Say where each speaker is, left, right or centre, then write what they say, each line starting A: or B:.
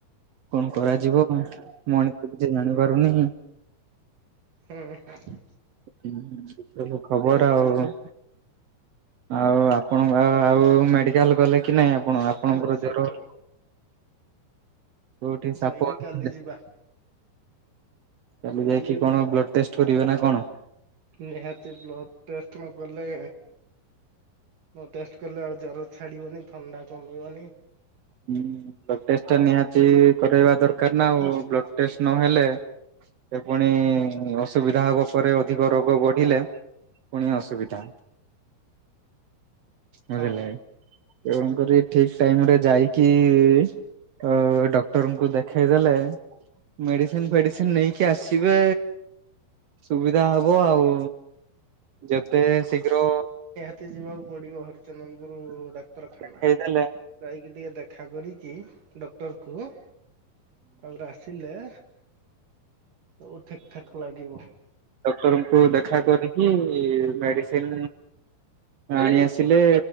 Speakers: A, on the right; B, on the right.
A: କଣ କରାଯିବ କଣ ମଣିଷ କିଛି ଜାଣିପାରୁନି।
B: ହୁଁ-ହୁଁ।
A: ହୁଁ ସବୁ ଖବର ଆଉ। ଆଉ ଆପଣଙ୍କ ଆଉ ମେଡିକାଲ୍ ଗଲେ କି ନାଇଁ ଆପଣ
B: ସାପ
A: ଆପଣଙ୍କର
B: ସାପ
A: ଜର କୋଉଠି ସାପ
B: ଯାଇନି
A: <unintelligible>
B: କାଲି ଯିବା
A: କାଲି ଯାଇକି କଣ ବ୍ଲଡ଼ ଟେଷ୍ଟେ କରିବେ ନା କଣ।
B: ନିହାତି ବ୍ଲଡ଼ ଟେଷ୍ଟେ ନ କଲେ ମୁଁ ଟେଷ୍ଟ କଲେ ଆଉ ଜର ଛାଡିବନି ଥଣ୍ଡା କମିବନି।
A: ହୁଁ ବ୍ଲଡ଼ ଟେଷ୍ଟଟା ନିହାତି କରେଇବା ଦରକାର୍ ନା ଆଉ ବ୍ଲଡ଼ ଟେଷ୍ଟେ ନହେଲେ ସେ ଫୁଣି ଅସୁବିଧା ହବ ପରେ ଅଧିକ ରୋଗ ବଢ଼ିଲେ। ପୁଣି ଅସୁବିଧା। ବୁଝିଲେ
B: ହଁ
A: ତେଣୁ କରି ଠିକ୍ ଟାଇମରେ ଯାଇ କି <unintelligible> ଡକ୍ଟରଙ୍କୁ ଦେଖେଇ ଦେଲେ ମେଡିସିନ୍ ଫେଡିସିନ୍ ନେଇ କି ଆସିବେ ସୁବିଧା ହବ ଆଉ। ଯେତେ ଶୀଘ୍ର
B: ଟିକେ ଯିବାକୁ ପଡିବ ହରିଚନ୍ଦନପୁରୁ ଡାକ୍ତରଖାନା।
A: ଦେଖେଇଦେଲେ
B: ଯାଇକି ଟିକେ ଦେଖା କରିକି ଡ଼କ୍ଟରକୁ ତାପରେ ଆସିଲେ ସବୁ ଠିକ୍ ଠାକ୍ ଲାଗିବ।
A: ଡ଼କ୍ଟରଙ୍କୁ ଦେଖା କରିକି ମେଡିସିନ୍ ଆଣି ଆସିଲେ